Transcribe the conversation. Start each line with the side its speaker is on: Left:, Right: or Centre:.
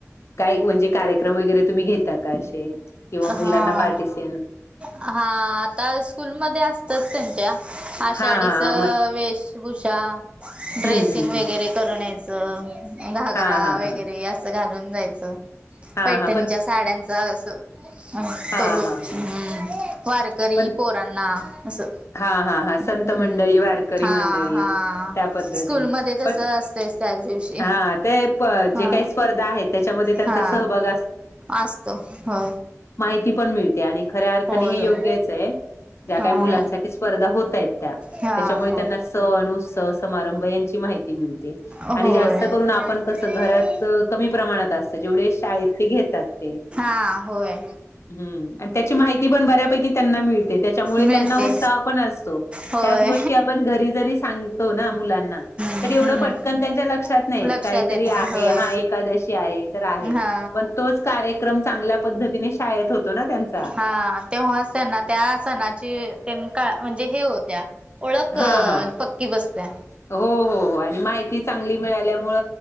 Left: काय म्हणजे कार्यक्रम वगैरे तुम्ही घेता का असे किंवा मुलांना
Right: हा
Left: पार्टिस
Right: हा आता स्कूलमध्येध्ये असतच त्यांच्या आषाढीच
Left: हा हा हा मग
Right: वेशभूषा ड्रेसिंग
Left: हम्म हम्म
Right: वगैरे
Left: हम्म.
Right: करून यायचं घागरा
Left: हा हा हा
Right: वगैरे असं घालून जायचं
Left: हा
Right: पैठणीच्या
Left: हा पण
Right: साड्यांचा अस तो
Left: हा
Right: लुक
Left: हा हा
Right: हम्म वारकरी
Left: पण
Right: पोरणा असं
Left: हा हा हा
Right: हम्म
Left: संत मंडळी वारकरी
Right: हा
Left: मंडळी
Right: हा
Left: त्या पद्धतीने
Right: स्कूल म तस
Left: पण
Right: असत त्याच दिवशी
Left: हा ते प
Right: हा
Left: जे काही स्पर्धा आहेत त्याच्यामध्ये त्यांचा
Right: हा
Left: सहभाग
Right: असतो हो
Left: मा पण मिते आणि खऱ्या अर्थाने
Right: होय
Left: हे
Right: होय
Left: योग्यच आहे ज्या
Right: हा
Left: काही मुलांसाठी प्रति स्पर्धा होत आहेत त्या
Right: हा
Left: त्याच्यामुळे त्यांना सण उस्तव समारंभ यांची माहिती मिळते
Right: हो
Left: आणि
Right: होय
Left: जास्त करून आपण कसं घरात कमी प्रमाणात असत जेवढे शाळेत ते घेतात ते
Right: हां होय
Left: ह त्याची माहिती पण बऱ्यापैकी त्यांना मिळते त्याच्यामुळे
Right: मिळते
Left: त्यां ताव पण असतो
Right: होय
Left: त्याच गोष्टी आपण घरी जरी सांगतो ना मुलांना
Right: हम्म
Left: तरी येवढं पटल पण त्यांच्या लक्षात नाहीत
Right: लक्षात
Left: काहीतरी
Right: येत
Left: आहे
Right: नाही होय
Left: हा एकादशी आहे तर आहे
Right: हा
Left: पण तोच कार्यक्रम चांगल्या पद्धतीने शाळेत होतो ना त्यांचा
Right: हा तेव्हाच त्यांना त्या सणाची त्यां का म्हणजे हे होत्या ओळख
Left: हा हा
Right: पक्की बसते
Left: हो हो हो आणि माहिती चांगली मिळाल्यामुळ